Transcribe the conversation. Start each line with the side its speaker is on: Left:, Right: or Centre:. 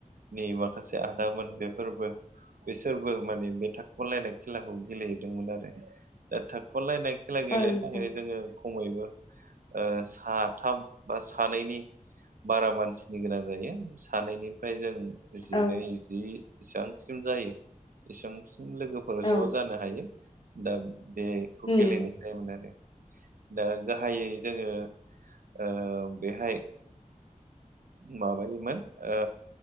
Right: नि माखासे आदामोन बेफोरबो बिसोरबो माने बे थाखोमालायनाय खेलाखौ गेलेहैदोंमोन आरो दा थाखोमालायनाय खेला गेलेनो
Left: औ नोंथां
Right: थाखाय जोङो खमैबो साथाम बा सानैनि बारा मानसिनि गोनां जायो। सानैनिफ्राय जों जिनै
Left: औ
Right: जि इसेबांसिम जायो। इसेबांसिम लोगो फोर
Left: औ
Right: ज' जानो हायो दा बेखौ
Left: उम
Right: गेलेनाय जायोमोन आरो दा गाहायै जोङो ओ बेहाय माबायोमोन ओ